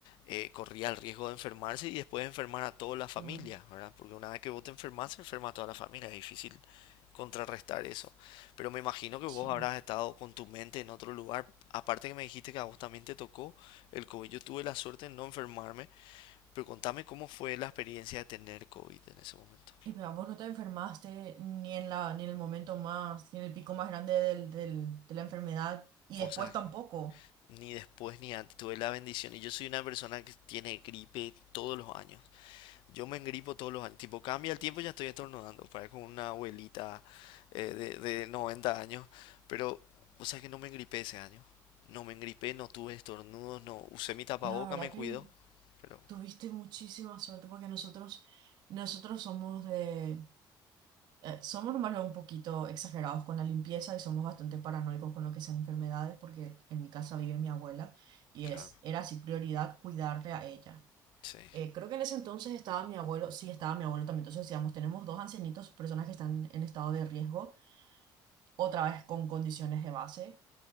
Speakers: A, on the left (about 75°); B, on the right (about 60°).
A: eh, corría el riesgo de enfermarse y después de enfermar a toda la familia,
B: Claro,
A: ¿verdad? Porque una vez que vos te enfermas, se enferma a toda la familia, es difícil contrarrestar eso. Pero me imagino que vos
B: sí.
A: habrás estado con tu mente en otro lugar. Aparte que me dijiste que a vos también te tocó el COVID. Yo tuve la suerte de no enfermarme, pero contame cómo fue la experiencia de tener COVID en ese momento.
B: Y pero vos no te enfermaste ni en la, ni en el momento más, ni en el pico más grande del, del- de la enfermedad, y
A: Vos
B: después
A: sabés
B: tampoco.
A: que ni después ni antes tuve la bendición y yo soy una persona que tiene gripe todos los años. Yo me engripo todos los años. Tipo, cambia el tiempo y ya estoy estornudando. Parezco una abuelita eh, de, de 90 años. Pero, o sea que no me engripé ese año. No me engripé, no tuve estornudos, no. Usé mi tapaboca,
B: La verdad
A: me cuido.
B: que
A: Pero,
B: Tuviste muchísima suerte porque nosotros, nosotros somos de, eh, somos normalmente un poquito exagerados con la limpieza y somos bastante paranoicos con lo que sean enfermedades porque en mi casa vive mi abuela y
A: claro,
B: es, era así prioridad cuidarle a ella.
A: sí,
B: Eh, creo que en ese entonces estaba mi abuelo, sí estaba mi abuelo también, entonces decíamos, tenemos dos ancianitos, personas que están en estado de riesgo, otra vez con condiciones de base.